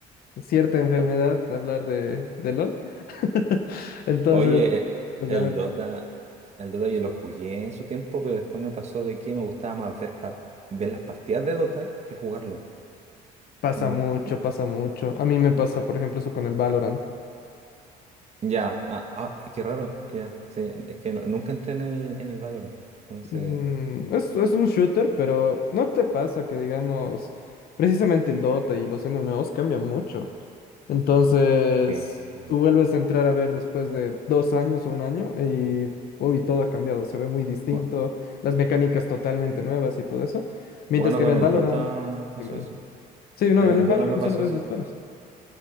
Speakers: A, on the left; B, on the right.
A: cierta enfermedad
B: O-
A: hablar de, de LOL. <laughs> Entonces,
B: Oye, eh,
A: pues
B: el
A: ya me pasa.
B: Dota, el Dota yo lo jugué en su tiempo, pero después me pasó de que me gustaba más ver, par- ver las partidas de Dota que jugarlo.
A: Pasa
B: No-
A: mucho, pasa mucho. A mí me pasa, por ejemplo, eso con el Valorant.
B: ya, ah, ah, qué raro, ya, sí, es que no- nunca entré en el, en el Valorant, entonces,
A: Mm, es, es un shooter, pero no te pasa que, digamos, precisamente el Dota y los MMOs cambian mucho. Entonces,
B: sí. Mm.
A: tú vuelves a entrar a ver después de dos años o un año y, uy, todo ha cambiado, se ve muy distinto,
B: Bu-
A: las mecánicas totalmente nuevas y todo eso. Mientras
B: Bueno,
A: que
B: con
A: en el
B: el
A: Valorant,
B: Dota pasó
A: dime, dime.
B: eso,
A: Sí, no,
B: en
A: en
B: el
A: el
B: Dota
A: Valorant
B: me pasó
A: solo ves
B: eso.
A: disparos.